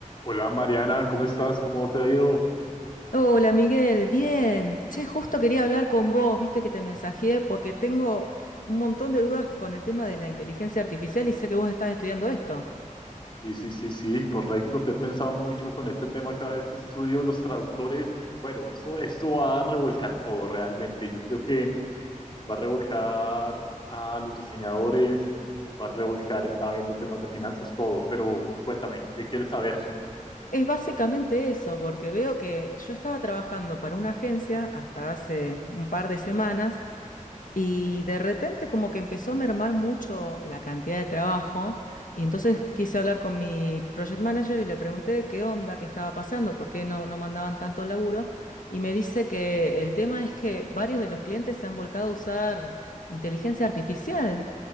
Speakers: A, on the left; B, on the left.
A: Hola Mariana, ¿cómo estás? ¿Cómo te ha ido?
B: Hola Miguel, bien. Che, justo quería hablar con vos, viste que te mensajeé porque tengo un montón de dudas con el tema de la inteligencia artificial y sé que vos estás estudiando esto.
A: Sí, sí, sí, sí, correcto. Te he pensado mucho con este tema cada vez que estudio los traductores. Bueno, esto, esto va a revolcar todo realmente. Yo creo que va a revolcar a los diseñadores, va a revolcar, estaba viendo temas de finanzas, todo. Pero cuéntame, ¿qué quieres saber?
B: Es básicamente eso, porque veo que yo estaba trabajando para una agencia hasta hace un par de semanas Y de repente como que empezó a mermar mucho la cantidad de trabajo y entonces quise hablar con mi project manager y le pregunté qué onda, qué estaba pasando, por qué no, no mandaban tanto laburo y me dice que el tema es que varios de los clientes se han volcado a usar inteligencia artificial.